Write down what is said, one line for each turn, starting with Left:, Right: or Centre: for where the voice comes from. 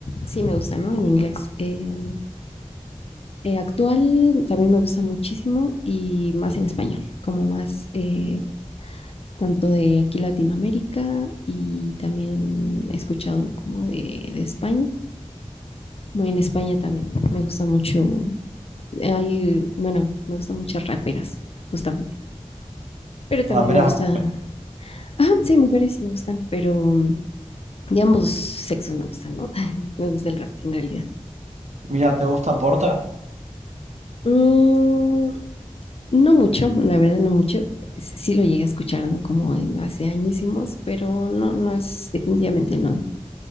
Left: sí me gusta, ¿no? En inglés. Eh, eh, actual también me gusta muchísimo y más en español, como más eh, tanto de aquí Latinoamérica y también he escuchado como de, de España. Bueno, en España también me gusta mucho, eh, hay, bueno, me gustan muchas raperas, justamente, pero también
Right: Raperas.
Left: me gusta, ah, sí, mujeres me gustan, pero mm, de ambos sexos me gustan, ¿no? <laughs> Me gusta el rap en realidad.
Right: Mira, ¿te gusta Porta?
Left: Mm, No mucho, la verdad no mucho. S- Sí lo llegué a escuchar, ¿no? Como en hace añísimos, pero no, no es, definitivamente no,